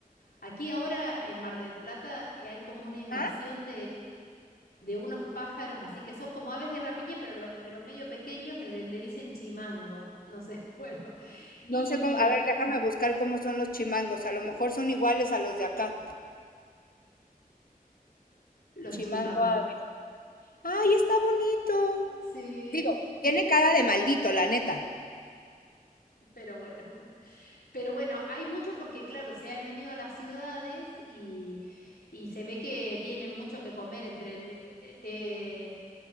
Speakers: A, on the left; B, on the left.
A: Aquí ahora en Mar del Plata eh, hay como una invasión
B: ¿Ah?
A: de unos pájaros así que son como aves de rapiña, pero, lo- pero medio pequeños que se le dicen chimango. No sé, <laughs> bueno.
B: No
A: Y
B: sé cómo, a ver, déjame buscar cómo son los chimangos, a lo mejor son iguales a los de acá.
A: los
B: Chimango
A: chimangos.
B: ave. ¡Ay, está bonito!
A: Sí,
B: Digo, tiene cara de maldito, la neta.
A: pero bueno. Pero bueno, hay mucho porque, claro, se han venido a las ciudades y, y se ve que tienen mucho que comer entre el, eh,